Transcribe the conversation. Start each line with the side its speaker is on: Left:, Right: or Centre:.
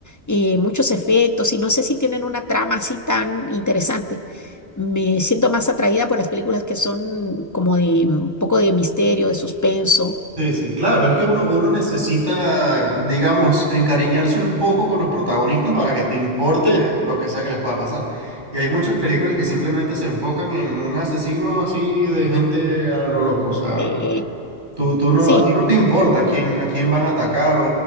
Left: eh, muchos efectos y no sé si tienen una trama así tan interesante. Me siento más atraída por las películas que son como de mm, un poco de misterio, de suspenso.
Right: Sí, sí, claro, es que uno, uno necesita, digamos, encariñarse un poco con los protagonistas para que te importe
Left: Sí.
Right: lo que sea que les pueda pasar. Y hay muchas películas que simplemente se enfocan en un asesino así de gente a lo loco. O sea,
Left: Eh,
Right: tú, tú no,
Left: sí.
Right: a ti no te importa a quién, a quién van a atacar o,